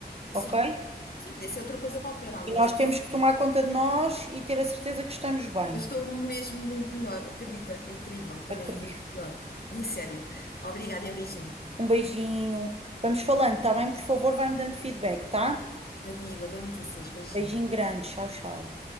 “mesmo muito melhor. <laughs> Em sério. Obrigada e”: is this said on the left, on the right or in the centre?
Left